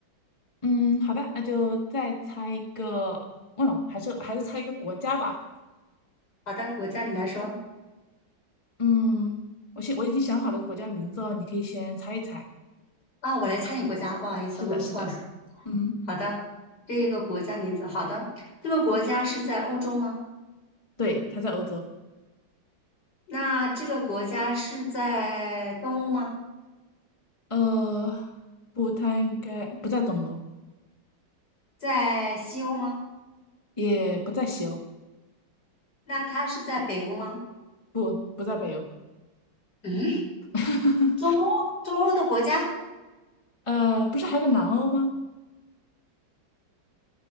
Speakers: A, on the left; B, on the left.
A: 嗯，好的，那就再猜一个，忘了，还是还是猜一个国家吧。
B: 好的，国家你来说
A: 嗯，我现我已经想好了国家的名字哦，你可以先猜一猜。
B: 啊，我来猜你国家，不好意思，
A: 是的，
B: 我弄错了。
A: 是的，嗯哼，
B: 好的，这个国家名字，好的，这个国家是在欧洲吗？
A: 对，它在欧洲。
B: 那这个国家是在东欧吗？
A: 呃，不，它应该不在东欧，
B: 在西欧吗？
A: 也不在西欧，
B: 那它是在北欧吗？
A: 不，不在北欧。
B: 嗯。
A: <laughs>
B: 中欧中欧的国家，
A: 呃，不是还有个南欧吗？